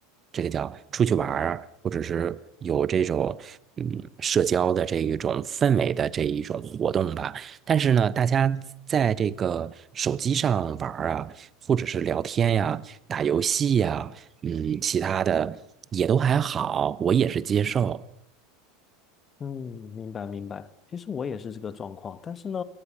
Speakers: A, on the right; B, on the left.
A: 这个叫出去玩儿，或者是有这种嗯社交的这一种氛围的这一种活动吧。但是呢，大家在这个手机上玩儿啊，或者是聊天呀、打游戏呀。嗯，其他的也都还好，我也是接受。
B: 嗯，明白明白。其实我也是这个状况，但是呢，